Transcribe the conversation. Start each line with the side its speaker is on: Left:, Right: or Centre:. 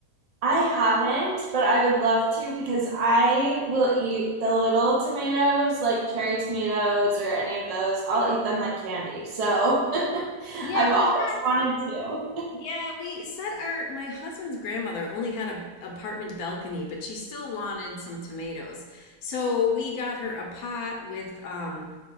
Right: I haven't, but I would love to because I will eat the little tomatoes, like cherry tomatoes or any of those. I'll eat them like candy. So <laughs>
Left: Yeah,
Right: I've
Left: we
Right: always
Left: had
Right: wanted to.
Left: Yeah, we set our my husband's grandmother only had a apartment balcony, but she still wanted some tomatoes. So we got her a pot with um